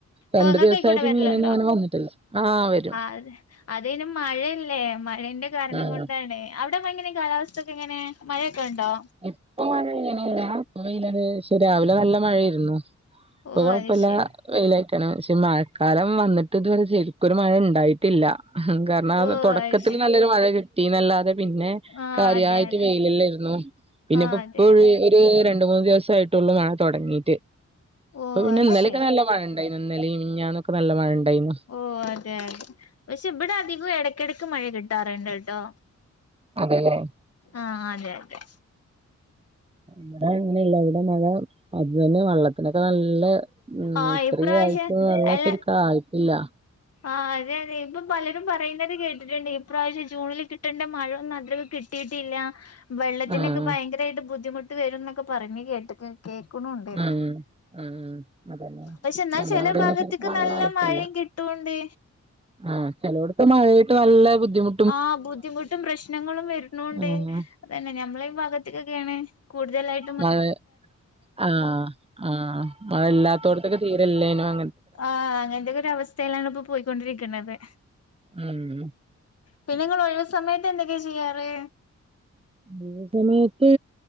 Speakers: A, on the right (about 20°); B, on the left (about 55°).
A: രണ്ട്
B: ഓ ഇങ്ങക്ക്
A: ദിവസായിറ്റ്
B: അയ്ക്കൂടെ വരലുണ്ടോ
A: മീനൊന്നങ്ങനെ വന്നിട്ടില്ല ആഹ് വരും.
B: അതെ അതെന്നെ മഴേല്ലേ മഴേന്റെ കാരണം
A: ആഹ്
B: കൊണ്ടാണ് അവ്ടെ മഴ പെയ്ന്ന്ണ്ട് കാലാവസ്ഥൊക്കെങ്ങനെ മഴയൊക്കെ ഒണ്ടോ
A: ഇപ്പ മഴ പെയ്യ്ണില്ല വെയില ക്ഷെ രാവിലെ നല്ല മഴേരുന്നു <unintelligible>
B: ഓ
A: പ്പൊ കൊഴപ്പല്ല
B: അത് ശരി
A: വെയിലായിട്ടാണ് പക്ഷെ മഴക്കാലം വന്ന്ട്ട് ഇതുവരെ ശരിക്കൊര് മഴ ണ്ടായിട്ടില്ല <unintelligible>
B: ഓ
A: തൊടക്കത്തിൽ
B: അത് ശരി
A: നല്ലൊരു മഴ കിട്ടിന്നല്ലാതെ പിന്നെ
B: ആഹ്
A: കാര്യായിട്ട്
B: അതെ അതെ
A: വെയിലെല്ലേര്ന്നോ പിന്നെപ്പൊപ്പൊഴ്
B: ആഹ് അതെ അതെ
A: ഒര് രണ്ട്മൂന്ന് ദിവസായിട്ടുള്ളൂ മഴ തുടങ്ങീ
B: ഓ
A: പ്പൊ പിന്നെ
B: അത്
A: ഇന്നലെക്കെ
B: ശരി
A: നല്ല മഴ ണ്ടയ്നു ഇന്നലീം മിഞ്ഞന്നൊക്കെ നല്ല മഴണ്ടയ്നു
B: ഓഹ് അതെ അതെ പക്ഷെ ബടെ അധികോം എടക്കെടക്ക് മഴ കിട്ടാറ്ണ്ട് ട്ടോ
A: അതെല്ലേ
B: ആഹ് അതെ അതെ
A: വടെ അങ്ങനെല്ല വടെ മഴ അത് തന്നെ വള്ളത്തിനൊക്കെ നല്ല മ്
B: ആഹ്
A: ഇത്രേം
B: ഇപ്രാവശ്യം
A: ആയിറ്റും വള്ളം
B: അല്ല
A: ശരിക്കായിട്ടില്ല
B: ആഹ് അതെ അതെ ഇപ്പം പലരും പറയുന്നത് കേട്ടിട്ട്ണ്ട് ഈപ്രാവശ്യം ജൂണിൽ കിട്ടണ്ട മഴ ഒന്നും അത്രക്ക് കിട്ട് ട്ടിട്ടില്ല <unintelligible> വെള്ളത്തിനൊക്കെ
A: ആഹ്
B: ഭയങ്കരായിട്ട് ബുദ്ധിമുട്ട് വരുന്നൊക്കെ പറഞ്ഞ് കേട്ട് കേക്ക്ണൂണ്ട്
A: ഉം ഉം അതന്നെ
B: പക്ഷെ ന്നാ
A: നമ്മളെ
B: ചെല
A: അവിടെയൊന്നും
B: ഭാഗത്ത്ക്ക്
A: ശരിക്കും വെള്ളായിട്ടില്ല
B: നല്ല മഴയും കിട്ടൂണ്ട്
A: ആഹ് ചെലോട്ത്ത് മഴേയ്ട്ട് നല്ല ബുദ്ധിമു
B: ആഹ് ബുദ്ധിമുട്ടും പ്രശ്നങ്ങളും വര്ണൂണ്ട്
A: ആഹ്
B: അതെന്നെ ഞമ്മളെ ഈ ഭാഗത്ത്ക്കൊക്കേണ് കൂടുതലായി
A: മഴേ ആഹ് ആഹ് മഴെല്ലാത്തോട്ത്ത്ക്ക് തീരെല്ലേനും അ
B: ആഹ് അങ്ങനെത്തെക്കൊര് അവസ്ഥലാണ് ഇപ്പൊ പോയ്ക്കൊണ്ടിരിക്കണത്
A: മ്
B: പിന്നെ ങ്ങൾ ഒഴിവ് സമയത്ത് എന്തൊക്കെയാ ചെയ്യാറ്
A: <inaudible> സമയത്ത്